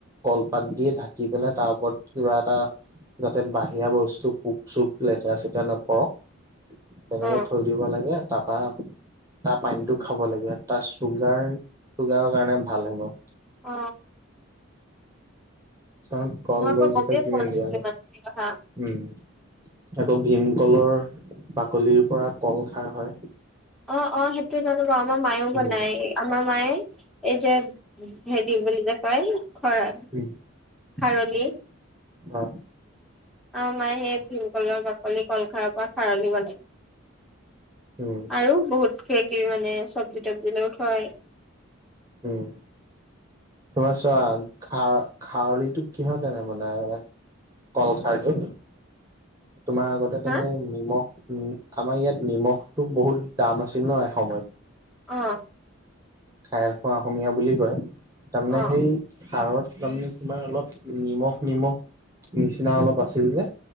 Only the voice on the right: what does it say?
কলপাত দি ঢাকি পেলাই তাৰ ওপৰত কিবা এটা যাতে বাহিৰা বস্তু পোক চোক লেতেৰা চেতেৰা নপৰক তেনেকে
থৈ দিব লাগে তাত বা তাৰ পানীটো খাব লাগে তাৰ চুগাৰ তুগাৰৰ কাৰণে ভাল হেনো
চ কলগছ
জোপাই কিমান
দিয়া হয়
উম আকৌ ভীমকলৰ বাকলিৰ পৰা কল খাৰ হয়
উম
উম
অ
উম
উম তোমাৰ চোৱা খা খাৰলিটো কিহৰ কাৰনে বনাই মানে কলখাৰটো তোমাৰ আগতে
তাৰ মানে নিমখ উ আমাৰ ইয়াত নিমখটো বহুত দাম আছিল ন এসময়ত
খাৰ খোৱা অসমীয়া বুলি কয় তাৰমানে
সেই খাৰত তাৰমানে তোমাৰ অলপ নিমখ নিমখ নিচিনা অলপ আছিল যে